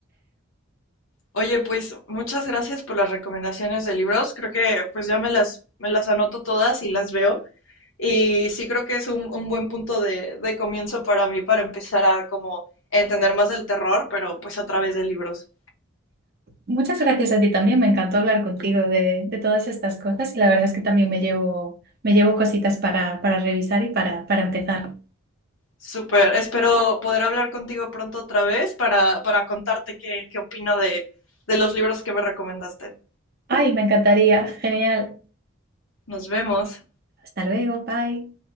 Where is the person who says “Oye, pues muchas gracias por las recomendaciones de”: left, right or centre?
Left